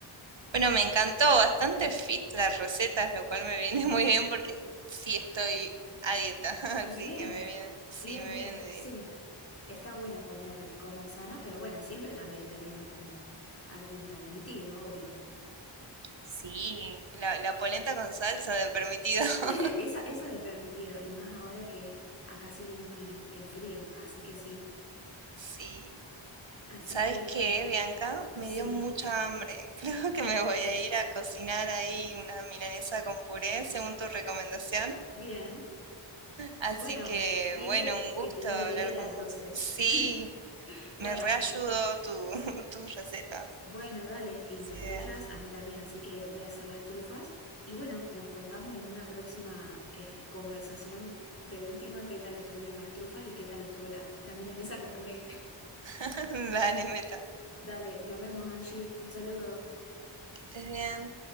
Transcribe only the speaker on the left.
Bien,
bien,
bien,
sí.
Está bueno comer, comer sano, pero bueno, siempre también teniendo como algún permitido, obvio.
<laughs> Esa, esa de permitido, y más ahora que acá se viene el frío, así que sí.
Así
que
sí,
bien.
Bueno,
bien
que te,
que te di
la idea
entonces.
<laughs> Bueno,
bueno, dale, y
las
tuyas a mí también, así que voy a hacer las trufas. Y bueno, nos contamos en una próxima eh, conversación de última qué tal estuvieron las trufas y qué tal estuvo la, la milanesa con puré.
<laughs> Dale, nos vemos, Angie. Un saludo.